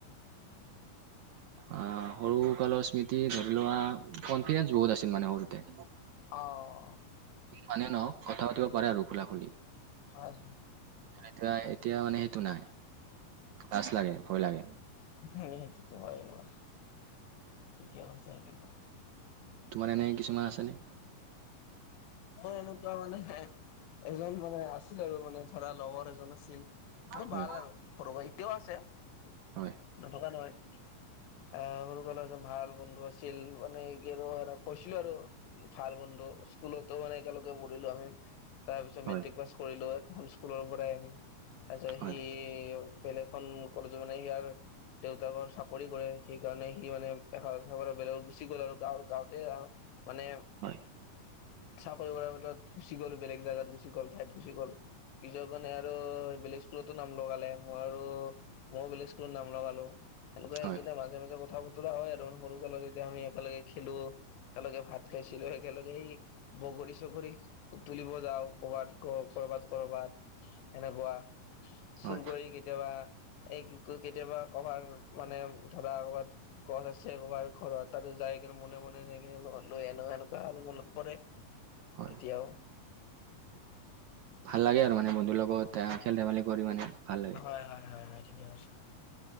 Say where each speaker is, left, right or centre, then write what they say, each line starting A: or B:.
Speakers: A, on the right (about 70°); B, on the left (about 80°).
A: অ' সৰু কালৰ স্মৃতি ধৰি লোৱা কনফিডেন্ঞ্চ বহুত আছিল মানে সৰুতে।
B: অ'।
A: মানে নহক কথা পাতিব পাৰে আৰু খোলা খুলি।
B: হয়।
A: এতিয়া এতিয়া মানে সেইটো নাই লাছ লাগে ভয় লাগে।
B: সেইটো হয় ন' কি চেল <unintelligible>
A: তোমাৰ এনে কিছুমান আছেনে?
B: মোৰ এনেকুৱা মানে এজন মানে আছিল আৰু মানে ধৰা লগৰ এজন আছিল। ব
A: হয়
B: ভাল আৰু ঘৰুব এতিয়াও আছে।
A: হয়।
B: নথকা নহয়। আহ সৰু কলে ভাল বন্ধু আছিল মানে কি আৰু কৈছিলো আৰু। ফাৰ বন্ডু স্কুলত মানে একেলগে পঢ়িলো আমি তাৰ পিছত
A: হয়
B: মেট্ৰিক পাছ কৰিলো এখন স্কুলৰ পৰাই আমি। তাৰপিছত
A: হয়
B: সি, বেলেগখন কলেজৰ মানে সি আৰু দেউতাকৰ চাকৰি কৰে সেইকাৰণে সি মানে <unintelligible> বেলেগ গুচি গ'ল আৰু গাঁও গাওঁতে মানে,
A: হয়।
B: চাকৰি কৰাৰ ভিতৰত গুচি গ'ল বেলেগ জাগাত গুচি গ'ল ঠাইত গুচি গ'ল। পিছত মানে আৰু বেলেগ স্কুলতো নাম লগালে, মই আৰু ময়ো বেলেগ স্কুলত নাম লগালো এনেকুৱা
A: হয়
B: এইকেইটা মাত মাজে মাজে কথা বতৰা হয় আৰু সৰু কালত, এতিয়া আমি একলগে খেলো একেলগে ভাত খাইছিলো একেলগেই বগৰী চগৰী বুতুলিব যাওঁ, ক'বাত ক কৰবাত কৰবাত সেনেকুৱা, চুৰ
A: হয়
B: কৰি কেতিয়াবা এই কি কয় কেতিয়াবা কভাৰ মানে ধৰা ক'বাত গছ আছে ক'ৰবাৰ ঘৰত, তাতে যাই কিনে মনে মনে যাই কিনে লৈ আনো এনেকুৱা আৰু মনত পৰে।
A: হয়
B: এতিয়াও
A: ভাল লাগে আৰু মানে, বন্ধুৰ লগত এয়া খেল ধেমালি কৰি মানে ভাল লাগে
B: হয়, হয়, হয়, হয়, ঠিকে কৈছা